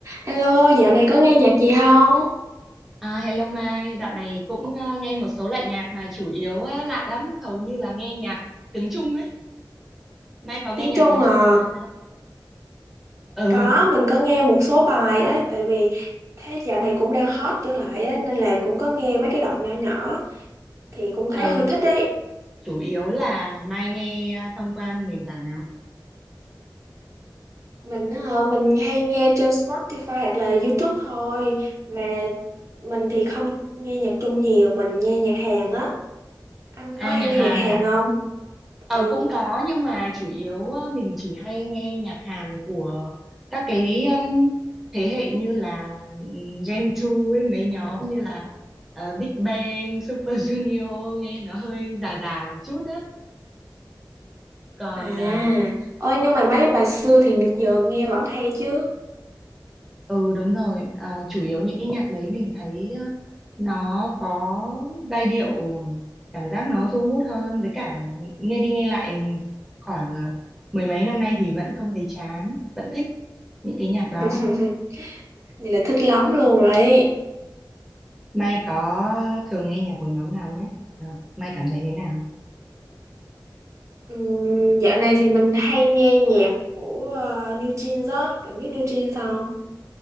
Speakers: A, on the right (about 40°); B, in the centre.
A: Hello, dạo này có nghe nhạc gì không?
B: À, hello Mai, dạo này cũng ờ, nghe một số loại nhạc mà chủ yếu á, lạ lắm, hầu như là nghe nhạc tiếng Trung ấy. Mai có nghe
A: Tiếng
B: nhạc
A: Trung
B: tiếng
A: à?
B: Trung bao giờ chưa? Ừ,
A: Có, mình có nghe một số bài ấy, tại vì thế dạo này cũng đang hot trở lại á, nên là cũng có nghe mấy cái đoạn nhỏ nhỏ thì cũng thấy
B: ừ,
A: hơi thích ấy.
B: chủ yếu là Mai nghe ờ, thông qua nền tảng nào?
A: Mình ờ, mình hay nghe trên Spotify hoặc là YouTube thôi, mà mình thì không nghe nhạc Trung nhiều, mình nghe nhạc Hàn á. Anh
B: À,
A: có hay
B: nhạc
A: nghe
B: Hàn
A: nhạc Hàn
B: hả?
A: không? Ừ.
B: Ờ, cũng có nhưng mà chủ yếu ờ, mình chỉ hay nghe nhạc Hàn của các cái ừm, thế hệ như là ừm, Gen 2 ấy, mấy nhóm như là ờ, Big Bang, Super Junior nghe nó hơi già già một chút á. còn
A: À,
B: ờ,
A: ôi nhưng mà mấy bài xưa thì giờ nghe vẫn hay chứ.
B: Ừ đúng rồi, à, chủ yếu những cái nhạc đấy
A: Ừ.
B: mình thấy ờ, nó có giai điệu cảm giác nó thu hút hơn với cả nghe đi nghe lại khoảng ờ, mười mấy năm nay thì vẫn không thấy chán, vẫn thích những cái nhạc
A: <laughs>
B: đó.
A: Vậy là thích lắm luôn rồi.
B: Mai có thường nghe nhạc của nhóm nào nhé? Ờ, Mai cảm thấy thế nào?
A: Ừm, dạo này thì mình hay nghe nhạc của ờ, New Jeans đó, bạn biết New Jeans không?